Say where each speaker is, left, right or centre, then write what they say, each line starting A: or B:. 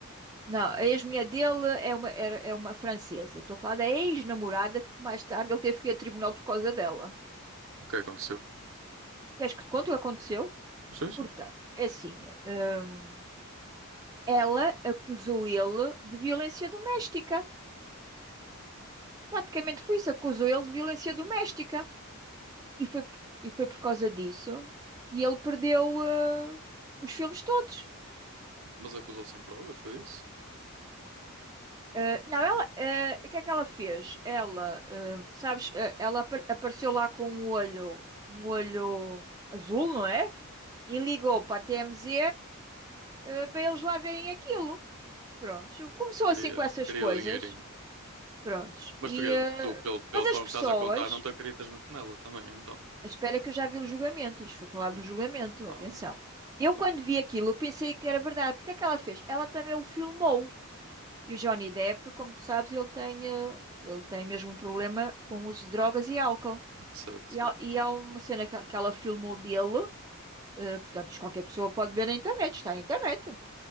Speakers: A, on the right (about 15°); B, on the right (about 60°).
A: Não, a ex-mulher dele é uma, era, é uma francesa. Estou a falar da ex-namorada que mais tarde ele teve que ir a tribunal por causa dela.
B: que é que aconteceu?
A: Queres que te conte o que aconteceu?
B: Sim, sim.
A: Portanto, é assim, hum, ela acusou ele de violência doméstica. Praticamente foi isso, acusou ele de violência doméstica. E foi, por- e foi por causa disso que ele perdeu, eh, os filmes todos.
B: Mas acusou sem provas, foi isso?
A: Eh, não, ela, eh, o que é que ela fez? Ela, eh, sabes, eh, ela apa- apareceu lá com um olho, um olho azul, não é? E ligou para a TMZ, eh, para eles lá verem aquilo. Pronto, começou
B: Queria,
A: assim com essas
B: queria
A: coisas.
B: o dinheirinho.
A: Prontos.
B: Mas
A: E,
B: tu, quer-
A: eh,
B: tu pelo, pela
A: mas
B: forma
A: as pessoas,
B: que estás a contar, não te acreditas muito nela também, então.
A: espera que eu já vi o julgamento, isto foi falado
B: Hum.
A: no julgamento,
B: Ah,
A: atenção. Eu,
B: então.
A: quando vi aquilo, eu pensei que era verdade. Porque é que ela fez? Ela também o filmou. E o Johnny Depp, como tu sabes, ele tem, eh, ele tem mesmo um problema com o uso de drogas e álcool.
B: Certo, certo.
A: E há, e há uma cena que, que ela filmou dele, eh, portanto, isto qualquer pessoa pode ver na internet, está na internet.